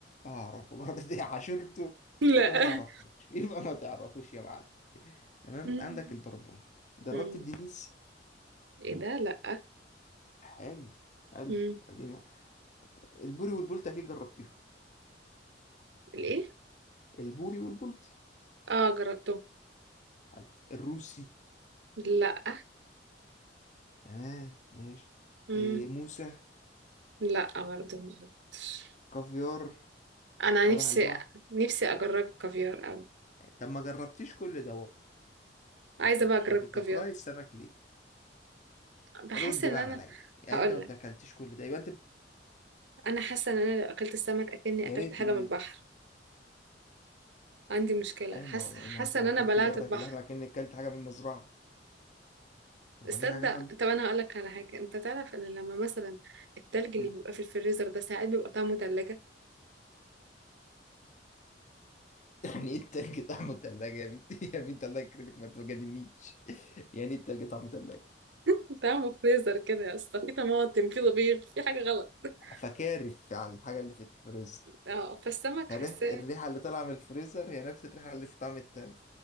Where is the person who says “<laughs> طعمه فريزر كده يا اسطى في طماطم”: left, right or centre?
Right